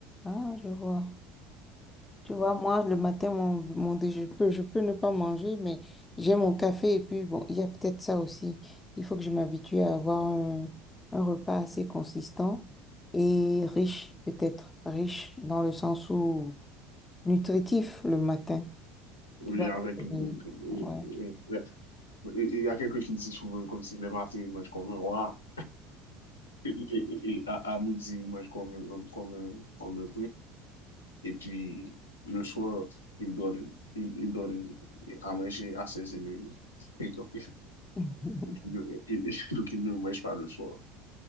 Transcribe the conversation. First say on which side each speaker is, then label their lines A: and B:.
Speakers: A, on the left; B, on the left.
A: Ah, je vois. Tu vois, moi, le matin, mon, mon dé- je peux, je peux ne pas manger, mais j'ai mon café et puis, bon, il y a peut-être ça aussi. Il faut que je m'habitue à avoir un, un repas assez consistant et riche, peut-être. Riche dans le sens où nutritif le matin.
B: Oui,
A: Tu vas...
B: avec une goutte. oui,
A: Ouais.
B: oui. Il y a quelqu'un qui dit souvent comme si le matin, il mange comme un roi. Et, et- et à, à midi, moi, je- qu'on comme comme me, qu'on me Et puis, le soir, il donne, il, il donne à manger à ses ennemis. Et donc, <laughs>
A: Mhm.
B: donc, il ne, il- <laughs> donc, il ne mange pas le soir.